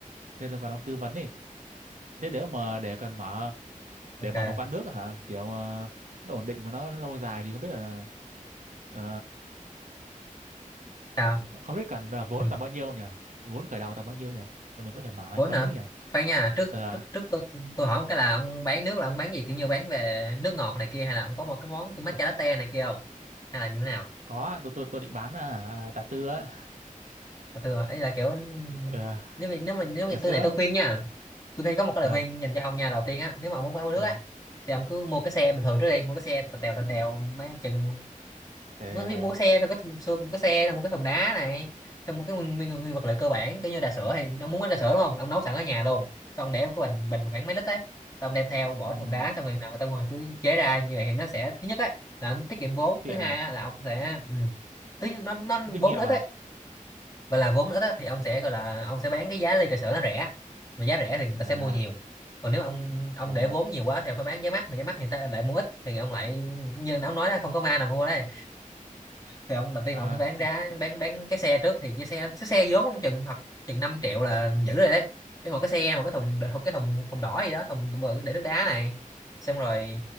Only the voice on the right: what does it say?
nên tôi cần ông tư vấn đi thế nếu mà để cần mở để
mở một quán nước hả kiểu ờ, nó ổn định mà nó lâu dài thì không biết là ờ,
không biết cần là vốn
tầm bao nhiêu nhỉ vốn khởi đầu tầm bao nhiêu nhỉ để mình có thể mở
quán
nước nhỉ
ờ,
ờ,
có tôi tôi tôi định bán ờ, à, trà tư á
ờ,
trà sữa
ờ,
ờ,
để,
để,
Ừm,
tiện
à
có kinh
nghiệm
à
à
ồ
à,